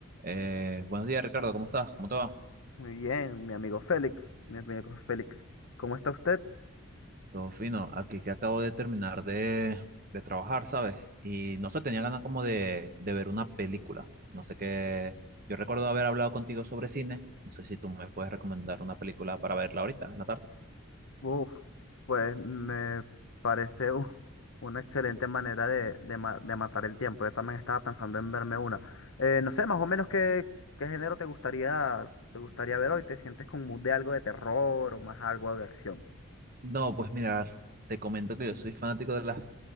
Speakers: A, on the right; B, on the left.
A: Eh, buenos días, Ricardo, ¿cómo estás? ¿Cómo te va?
B: Muy bien, mi amigo Félix, mi amigo Félix, ¿cómo está usted?
A: Todo fino, aquí que acabo de terminar de, de trabajar, ¿sabes? Y no sé, tenía ganas como de, de ver una película. No sé qué. Yo recuerdo haber hablado contigo sobre cine. No sé si tú me puedes recomendar una película para verla ahorita, en la tarde.
B: Uf, pues me parece u- una excelente manera de, de ma- de matar el tiempo. Yo también estaba pensando en verme una. Eh, no sé, más o menos qué, qué género te gustaría, te gustaría ver hoy. ¿Te sientes con mood de algo de terror o más algo de acción?
A: No, pues mirar, te comento que yo soy fanático de las,